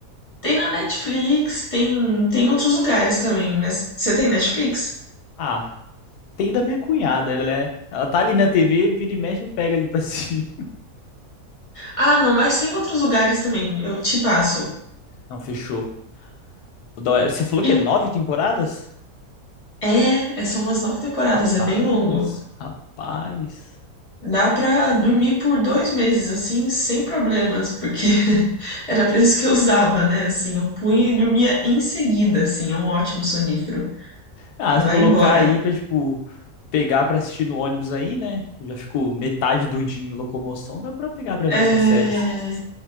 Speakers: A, on the left; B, on the left.
A: Tem na Netflix, tem, tem outros lugares também, mas você tem Netflix?
B: Ah, tem da minha cunhada, ela é. Ela tá ali na TV, vira e mexe, eu pego ali pra <laughs> assistir.
A: Ah, não, mas tem outros lugares também, eu te passo.
B: Não, fechou. Toda hora- Você falou
A: E-
B: que é nove temporadas?
A: é, é são umas nove temporadas,
B: Rapaz,
A: é bem longo.
B: rapaz.
A: Dá pra dormir por 2 meses, assim, sem problemas, porque <laughs> era pra isso que eu usava, né, assim, eu punha e dormia em seguida, assim, é um ótimo sonífero.
B: Ah,
A: Você
B: se
A: vai
B: colocar
A: embora.
B: aí pra, tipo, pegar pra assistir no ônibus aí, né? Eu Já ficou metade do dia em locomoção, dá pra pegar pra
A: É...
B: ver essas séries.